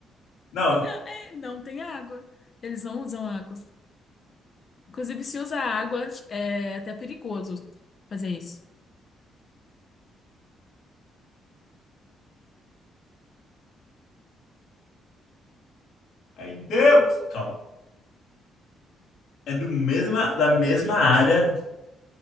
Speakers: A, on the left; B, on the left.
A: Não.
B: Não, é, não tem água. Eles não usam água. Inclusive, se usa água, é até perigoso fazer isso,
A: Ai, Deus. Calma. É do mesma, da mesma área